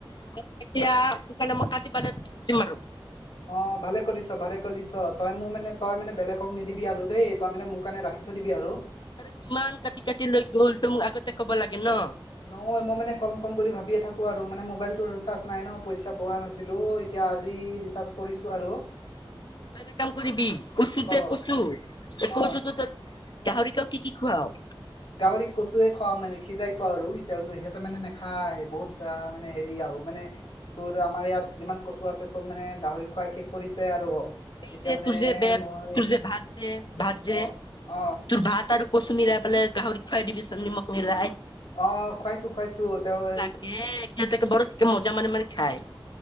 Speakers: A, on the left; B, on the left.
A: <unintelligible> এতিয়া তোৰ কাৰণে মই কাটি পেলাই থৈ দিম আৰু।
B: অ' ভালে কৰিছ, ভালে কৰিছ, তই মোক মানে তই মানে বেলেগক নিদিবি আৰু দেই, তই মানে মোক কাৰনে ৰাখি থৈ দিবি আৰু।
A: আৰু কিমান কাটি কাটি লৈ গ'ল, তই মোক আগতে ক'ব লাগে ন'।
B: নহয় মই মানে কম কম বুলি ভাবিয়ে থাকোঁ আৰু, মানে মোবাইলটো ৰিচাৰ্জ নাই ন' পইচা ভৰোৱা নাছি ছিলো, এতিয়া আজি ৰিচাৰ্জ কৰিছোঁ আৰু।
A: তই এটা কাম কৰিবি কচু
B: অ
A: দে কচু, এই
B: অ
A: কচু ত, গাহৰিক আ, কি কি খোৱাও?
B: গাহৰিক কচুৱে খুৱাওঁ মানে সিজাই খুৱাওঁ আৰু সিহঁতৰ মানে নেখায়, বহুত মানে হেৰি আৰু মানে তোৰ আমাৰ ইয়াত যিমান কচু আছে চব মানে গাহৰি খুৱাই শেষ কৰিছে আৰু।
A: এই
B: এতিয়া
A: যে
B: মানে
A: তোৰ যে বেত,
B: মই
A: তোৰ যে, ভাত যে ভাত যে,
B: অ অ
A: তোৰ ভাত আৰু কচু মিলাইপেলাই গাঁহৰিত খুৱাই ডিবিচোন নিমখ মিলাই
B: অৱ খুৱাইছো খুৱাইছো তেওঁ
A: এ এ বাৰু কে মজা মানি মাৰি খায়।